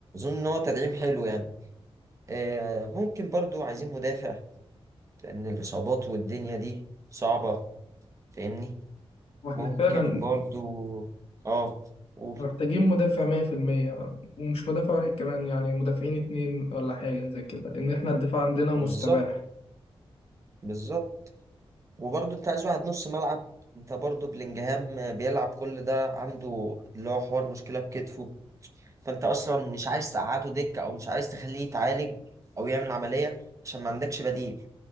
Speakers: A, on the right; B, on the left.
A: ان هو تدعيم حلو يعني آه، ممكن برضو عايزين مدافع لان الاصابات والدنيا دي صعبه فاهمني
B: واحنا
A: ممكن
B: فعلا
A: برضو اه قول
B: محتاجين مدافع 100% ومش مدافع واحد كمان يعني مدافعين اتنين ولا حاجة زي كده لان احنا الدفاع عندنا
A: بالظبط
B: مستباح
A: بالظبط وبرضو انت عايز واحد نص ملعب انت برضو بلينجهام بيلعب كل ده عنده اللي هو حوار مشكله بكتفه فانت اصلا مش عايز تقعده دكه او مش عايز تخليه يتعالج او يعمل عمليه عشان ما عندكش بديل